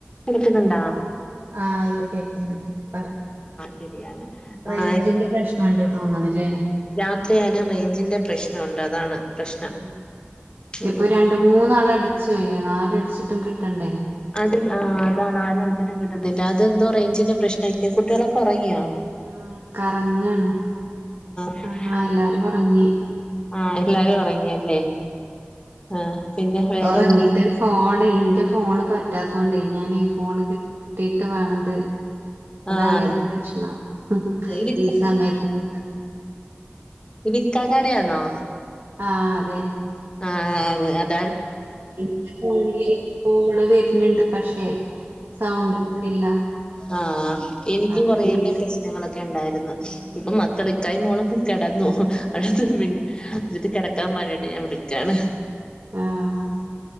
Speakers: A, on the left; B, on the right.
A: കെൾക്ക്‌ന്ന്ണ്ടാ
B: ആ ഇപ്പ കേക്ന്ന് ണ്ട് പറ
A: ശെരിയാണ്
B: റേഞ്ചിന്റെ
A: ആ
B: പ്രശ്നണ്ട് തോന്നണല്ലേ
A: രാത്രിയായാലും റെയ്ഞ്ചിന്റെ പ്ര <unintelligible> ണ്ട് അതാണ് പ്രശ്നം
B: ആണോ
A: ഉം
B: ഇപ്പ രണ്ട് മൂന്നാള് അടിച് പോയി ആര് അടിച്ചിട്ടും കിട്ടണ്ടേ
A: അത് ആ അതാണ് ആരും അടിച്ചിട്ട് കിട്ടുന്നില്ല അതെന്തോ റേഞ്ചിന്റെ പ്രശ്നായിരിക്കും കുട്ടികളൊക്കെ ഒറങ്ങിയോ
B: ഉം കറങ്ങാണ്
A: ആ
B: ആഹ് എല്ലാരും ഉറങ്ങി
A: ആ എല്ലാരും ഒറങില്ലേ ആ പിന്നെ വേറെന്താ
B: ഒറങ്ങിട്ട് ഫോണ് ഇന്റെ ഫോണ് പറ്റാത്തോണ്ടേ ഞാൻ ഈ ഫോണ് കിട്ടി ട്ട് വേണം ത് അതാണ്
A: ആഹ്
B: ഇന്റെ പ്രശ്നം
A: ഇത്
B: ഈ സമയത്ത്
A: വിക്കാ കടയാണോ
B: ആ അതെ
A: ആ അത് അ
B: ഇൻക് ഫോണില് കൊള് വര്ന്ന്ണ്ട് പക്ഷെ സൗണ്ട് പോണില്ല
A: ആ എനിക്കും
B: അപ്പ
A: കൊറെ
B: ഈ
A: പ്രശ്നങ്ങളൊക്കെ ണ്ടായിരുന്നു
B: ഉം
A: ഇപ്പം മക്കള് കൈ മോളം കെടന്നു
B: ആഹ്
A: ഇന്നേട്ട് കെ ടക്കാൻ പറഞ്ഞിട്ട് ഞാൻ വിളക്കയാണ്
B: ആഹ്